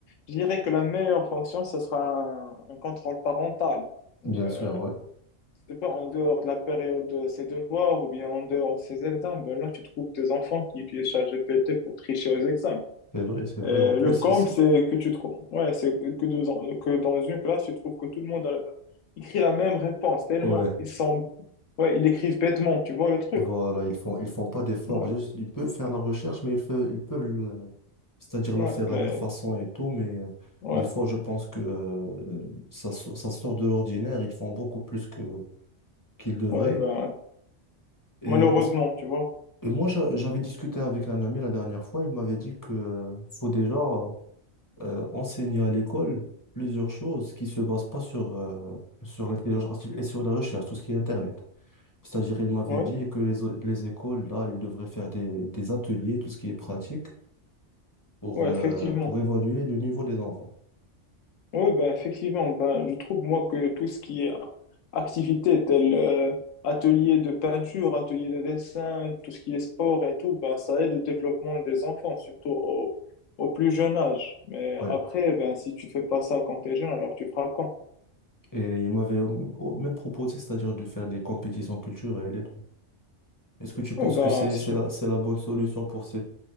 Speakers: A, on the left; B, on the left.
A: je dirais que la meilleure fonction, ce sera un, un contrôle parental. Donc,
B: Bien
A: euh,
B: sûr, ouais.
A: je pas, en dehors de la période de ses devoirs ou bien en dehors de ses examens, ben là, tu trouves des enfants qui utilisent ChatGPT pour tricher aux examens.
B: C'est vrai, c'est vrai.
A: Euh,
B: En plus,
A: le comble,
B: ici,
A: c'est que tu trouves. Ouais, c'est que, dans que dans une classe, tu trouves que tout le monde a- écrit la même réponse, tellement
B: ouais.
A: ils sont. Ouais, ils l'écrivent bêtement, tu vois le truc.
B: Voilà, ils font, ils font pas d'efforts.
A: Ouais,
B: Juste, ils peuvent faire la recherche, mais ils, fe- ils peuvent, le- c'est-à-dire
A: ouais,
B: la faire
A: mais.
B: à leur façon et tout. Mais euh,
A: Ouais,
B: des fois, je pense que euh, ça, so- ça sort de l'ordinaire. Ils font beaucoup plus que qu'il devrait.
A: ouais, ben,
B: Et,
A: malheureusement,
B: est-ce-
A: tu vois.
B: et moi, j'a- j'avais discuté avec un ami la dernière fois, il m'avait dit que euh, faut déjà euh, enseigner à l'école plusieurs choses qui se basent pas sur, euh, sur l'intelligence artificielle et sur la recherche, tout ce qui est Internet. C'est-à-dire, il m'avait
A: Ouais,
B: dit que les, o- les écoles, là, ils devraient faire des, des ateliers, tout ce qui est pratique, pour,
A: ouais,
B: euh,
A: effectivement.
B: pour évaluer le niveau des enfants.
A: Oui, ben effectivement, ben, je trouve moi que tout ce qui est activité telle euh, atelier de peinture, atelier de dessin, tout ce qui est sport et tout, ben, ça aide au développement des enfants, surtout au, au plus jeune âge. Mais
B: Ouais.
A: après, ben, si tu fais pas ça quand tu es jeune, alors tu feras quand?
B: Et il m'avait au- au- même proposé, c'est-à-dire de faire des compétitions culturelles et tout. Est-ce que tu penses
A: Oui, ben,
B: que c'est
A: c'est
B: c'est
A: une,
B: la, c'est la bonne solution pour cette,